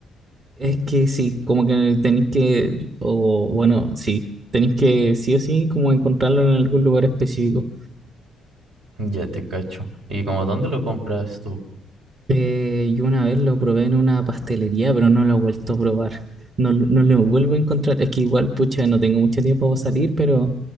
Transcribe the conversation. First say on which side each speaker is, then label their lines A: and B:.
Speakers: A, on the right (about 40°); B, on the right (about 70°).
A: es que sí, como que tenéis que, o bueno, sí, tenéis que sí o sí como encontrarlo en algún lugar específico.
B: Ya te cacho. ¿Y como dónde lo compras tú?
A: Eh, yo una vez lo probé en una pastelería, pero no lo he vuelto a probar. No, no lo vuelvo a encontrar. Es que igual, pucha, no tengo mucho tiempo para salir, pero